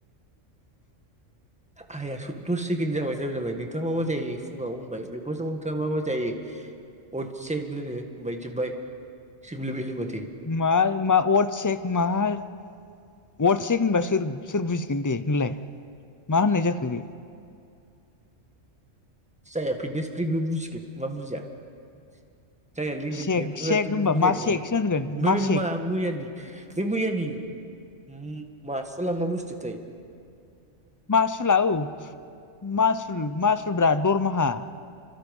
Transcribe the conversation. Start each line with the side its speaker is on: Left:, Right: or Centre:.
Centre: आइया दसे सेकेण्ड जाबाय ताइम जाबाय नोंथाङा मा मा जायो फुङाव होनबाय बेखौसो उलथा मा मा जायो अदस लोङो होमबाय जोबबाय <unintelligible>
Left: मा मा अरद सेक माहा अरद सेक होनबा सोर सोर बुजिगोन दे होनलाय मा होननाय जाखो बे
Centre: <unintelligible> बे बुजिगोन मा बुजिया <inaudible> जायहा लेनडेन
Left: सेक
Centre: गैया बेफोरबादिबो
Left: सेक होनबा
Centre: बुजाय
Left: मा
Centre: नङा
Left: सेकसो होनगोन
Centre: ओमफ्राय बे
Left: सेक
Centre: मा मैयानि बे मैयानि ओम <unintelligible> मा बुस्थु थाय
Left: मासुला औ मासुल मासुल ब्रा दरमाहा